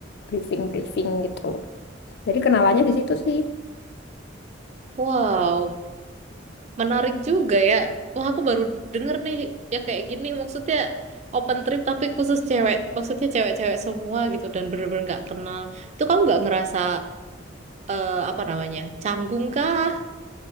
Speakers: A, on the left; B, on the right.
A: briefing briefing gitu. Jadi kenalannya di situ sih.
B: Wow, menarik juga ya. Wah, aku baru denger nih yang kayak gini. Maksudnya open trip tapi khusus cewek. Maksudnya cewek-cewek semua gitu dan bener-bener nggak kenal. Itu kamu nggak ngerasa eh, apa namanya canggung kah